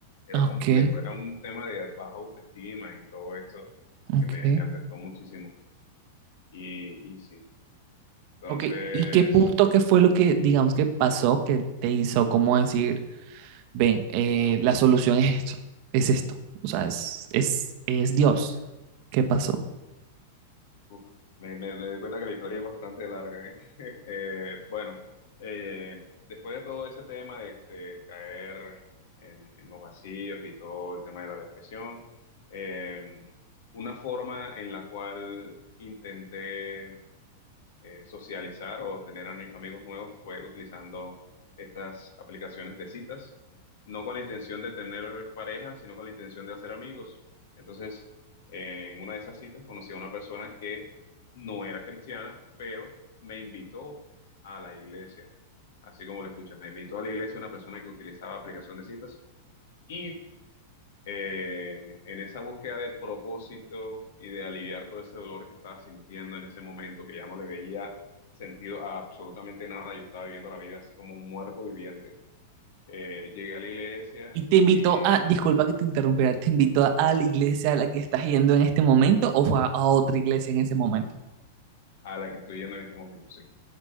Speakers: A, on the left (about 55°); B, on the right (about 45°).
A: Era
B: Ok,
A: complejo, era un tema de baja autoestima y todo esto
B: ok.
A: que me, me afectó muchísimo. Y, y sí, entonces
B: Ok, ¿y qué punto, qué fue lo que, digamos, que pasó que te hizo como decir, ven, eh, la solución es esto, es esto, o sea, es, es, es Dios. ¿Qué pasó?
A: Uf, me, me, me doy cuenta que la historia es bastante larga, ¿eh? <laughs> Eh, bueno, eh, después de todo ese tema de, de caer en, en los vacíos y todo el tema de la depresión, eh, una forma en la cual intenté eh, socializar o tener ani- amigos nuevos fue utilizando estas aplicaciones de citas, no con la intención de tener pareja, sino con la intención de hacer amigos. Entonces, eh, en una de esas citas conocí a una persona que no era cristiana, pero me invitó a la iglesia. Así como lo escuchas, me invitó a la iglesia una persona que utilizaba aplicación de citas y eh, en esa búsqueda de propósito y de aliviar todo ese dolor que estaba sintiendo en ese momento, que ya no le veía sentido a absolutamente nada, yo estaba viviendo la vida así como un muerto viviente. Eh, llegué a la iglesia
B: ¿Y te invitó
A: y
B: a, disculpa que te interrumpiera, te invitó a, a la iglesia a la que estás yendo en este momento o fue a, a otra iglesia en ese momento?
A: a la que estoy yendo en este momento, sí.